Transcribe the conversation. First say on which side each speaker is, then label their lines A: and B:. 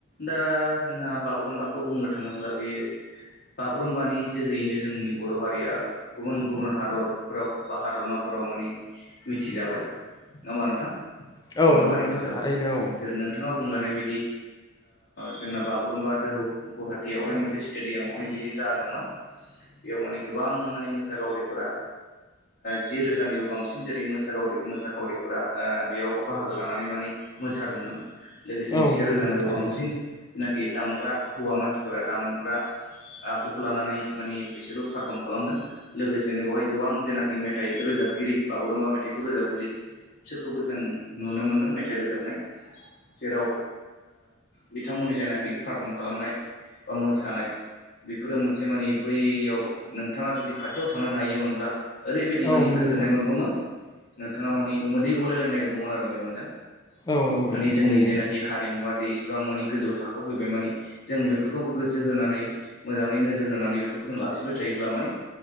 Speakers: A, on the left; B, on the left.
A: दा जोंहा बागुरुम्बाखौ बुंनो थांङोब्ला बियो। बागुरुम्बानि जोहोयैनो जोंनि बर' हारिया गुबुन गुबुन हादर फोराव बा हादरमाफोराव मानि मिथिजाबाय नङा होनबा नोंथां?
B: औ
A: बर'
B: नंगौ
A: हारि
B: नोंथां
A: हिसाबै
B: थारैनो औ
A: जेरै नोंथाङा बुंलांनाय बायदि जोंना बागुरुम्बा दोहौ गुवाहाटीयावहाय मोनसे स्टेडियामावहाय बियो जादोंमोन। बेयाव माने गोबां माने मोसागावरिफोरा जि रोजानिबो बांसिन जेरै मोरि मोसाखावरिफोरा बेयाव बाहागो लानानै मानि। मोसादोंमोन लोगोसेनो
B: औ
A: सेेरोजानोबो
B: नंगौ नोंथां थारैनो
A: बांसिन। बे दामग्रा हौवा मानसिफोरा दामग्रा। आगजुखौ लानानै माने बिसोरबो पारफर्म खालामदों लोगोसेनो बेवहाय गोबां जेनाखि मेथाइ रोजाबगिरि बागुरुम्बा मेथाइखौ रोजाबगिरि बिसोरखौबो जों नुनो मोन्दों। मेथाइ रोजाबनाय जेराव बिथांमोननि जेनाखि पारफर्म खालामनाय बा मोसानाय बेफोरो मोनसे माने बैयाव नोंथाङा जुदि खाथियाव थांनानै नायोमोन। ओरैबायदि
B: औ
A: माने
B: नंगौ
A: गोजोननाय
B: नोंथां
A: मोनगौमोन नोंथाङा मानिे मोदै गलायलायनो नागिरगौमोन आरो मेगनजों।
B: औ नंगौ
A: मानिे
B: नोंथां
A: जोंनि
B: थारैनो
A: जेनाखि हारिमुवा जे इसेबां मानिे गोजौ थाखोआव फैबाय मानिे जों बेफोरखौ गोसो होनानै मोजाङै नोजोर होनानै बे जों लाखिबाय थायोब्ला माने